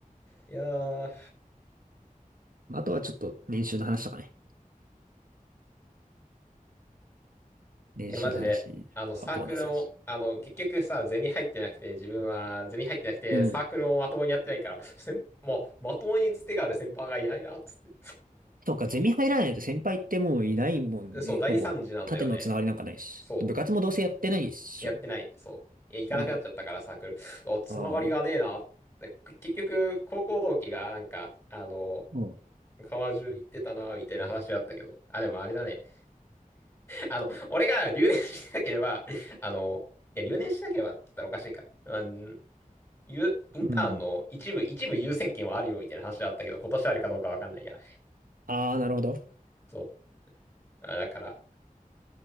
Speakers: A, on the left; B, on the right.
A: いやー、
B: まあ、あとはちょっと年収の話とかね。年収の話、
A: いや、マジで、あの、サークルも、
B: あ、ボーナス話。
A: あの、結局さ、ゼミ入ってなくて、自分はゼミ入ってなくて、
B: うん。
A: サークルもまともにやってないから、先、ま、まともにつてがある先輩がいないな、つって。
B: そうか、ゼミ入らないと先輩ってもういないもんね。
A: そう、大惨事なんだよね。
B: ほぼ。縦のつながりなんかないし。
A: そ
B: 部活もどうせやってないっしょ。
A: う。やってない。そう。いや、行かなくなっちゃったから、
B: そうだよね。
A: サークル。お、つながりがねえな。
B: ああ。
A: でく結局、高校同期が、なんか、あの、
B: うん。
A: 川中行ってたな、みたいな話あったけど。あ、でもあれだね。あの、俺が留年しなければ、あの、いや、留年しなければって言ったらおかしいか。うん、ゆインターンの一部、
B: うん。
A: 一部優先権はあるよ、みたいな話あったけど、今年あるかどうかわかんないや。
B: ああ、なるほど。
A: そう。あだから、